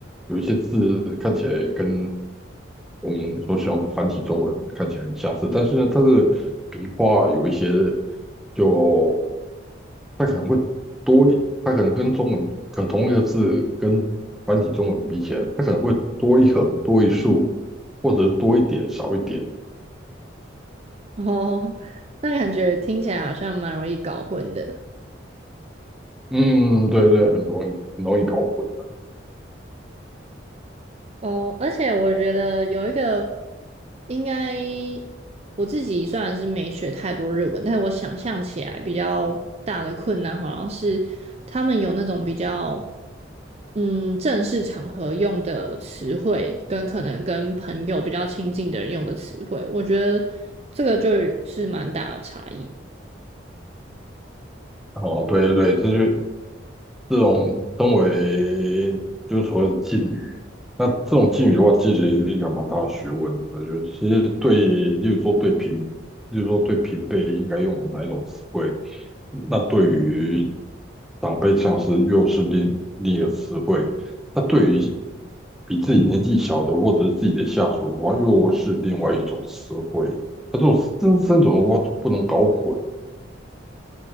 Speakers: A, in the centre; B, on the right.
A: 有一些字看起来跟我们所使用的繁体中文看起来很相似，但是呢，它的笔画有一些就它可能会多一，它可能跟中文可能同一个字跟繁体中文比起来，它可能会多一横、多一竖，或者是多一点、少一点。
B: 哦，<laughs> 那感觉听起来好像蛮容易搞混的。
A: 嗯，对对，很容易很容易搞混的
B: 哦，而且我觉得有一个应该我自己虽然是没学太多日文，但是我想象起来比较大的困难好像是他们有那种比较嗯正式场合用的词汇，跟可能跟朋友比较亲近的人用的词汇，我觉得这个就是蛮大的差异。
A: 哦，对对对，这就这种称为就是所谓的敬语。那这种敬语的话，其实是一个蛮大的学问的。尤其是对，例如说对平，例如说对平辈应该用哪一种词汇，那对于长辈像是又是另另一个词汇。那对于比自己年纪小的或者是自己的下属的话，又是另外一种词汇。那这种这三种的话不能搞混